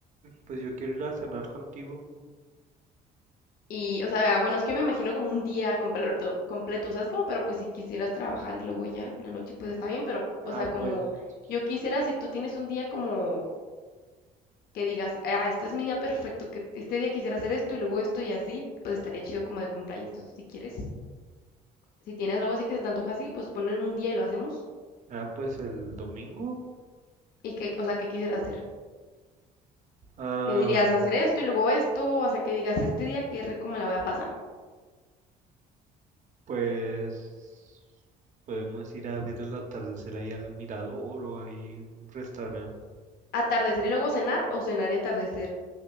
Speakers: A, on the right; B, on the left.
A: pues yo quiero ir a cenar contigo.
B: Y, o sea, bueno, es que me imagino como un día completo, completo, ¿sabes? Como, pero pues si quisieras trabajar y luego ya en la noche, pues está bien, pero,
A: Ah,
B: o sea, como
A: pues,
B: yo quisiera, si tú tienes un día como que digas, ah, este es mi día perfecto, que este día quisiera hacer esto y luego esto y así, pues estaría chido como de cumpleaños. Entonces, si quieres, si tienes algo así que se te antoja así, pues ponen un día y lo hacemos.
A: ah, pues el domingo.
B: Y que, o sea, ¿qué quisieras hacer?
A: Ah,
B: que dirías hacer esto y luego esto, hasta que digas, este día qué rico me la voy a pasar.
A: Pues podemos ir a ver el atardecer ahí al mirador o ahí en un restaurante.
B: Atardecer y luego cenar o cenar y atardecer